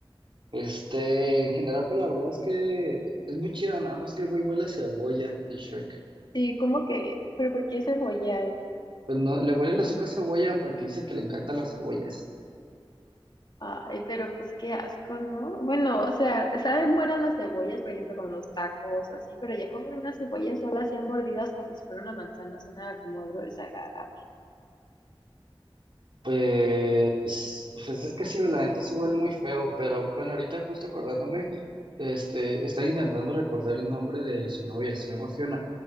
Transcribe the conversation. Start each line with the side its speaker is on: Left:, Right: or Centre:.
Right: Este, en general, pues la verdad es que es muy chido, nada más que el güey huele a cebolla, el Shrek.
Left: Sí, como que, pero ¿por qué cebolla?
Right: Pues no, le huele el hocico a cebolla porque dice que le encantan las cebollas.
Left: Ay, pero pues qué asco, ¿no? Bueno, o sea, saben buenas las cebollas, por ejemplo, con los tacos o así, pero ya comer una cebolla sola así a mordidas como si fuera una manzana suena como algo desagradable.
Right: Pues, pues es que sí, la neta sí huele muy feo, pero bueno, ahorita justo acordándome, este, está intentando recordar el nombre de su novia, se llama Fiona.